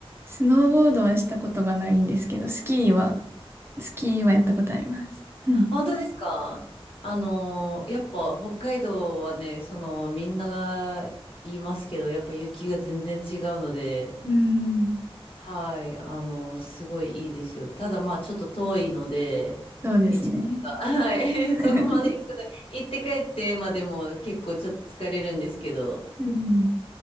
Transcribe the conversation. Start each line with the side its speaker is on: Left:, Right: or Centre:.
Right: スノーボードはしたことがないんですけど、スキーは、スキーはやったことあります。うん。
Left: 本当ですかあのーやっぱ北海道はね、そのみんなが言いますけど、やっぱ雪が全然違うので、
Right: うん。
Left: はい、あのーすごいいいですよ。ただまあちょっと遠いので、
Right: そうですね。
Left: 道のりが、<laughs> はい、
Right: <laughs>
Left: そこまで行くの、行って帰ってまでも結構ちょっと疲れるんですけど、
Right: うん。